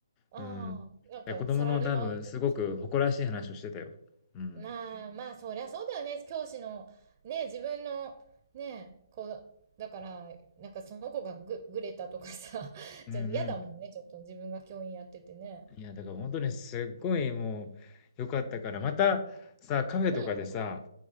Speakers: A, on the right (about 30°); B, on the left (about 20°).
A: ああ、
B: うん。
A: なんかサラリーマウント。
B: で子供の多分、すごく誇らしい話をしてたよ。うん。
A: まあまあ、そりゃそうだよね。教師の、ね、自分の、ね、こう、だから、なんかその子がぐ、ぐれたとかさ、<laughs>
B: うんうん
A: じゃあ嫌だもんね、ちょっと自分が教員やっててね。
B: いや、だから本当にすっごいもう良かったから、
A: うん。
B: またさ、カフェとかでさ、
A: うん、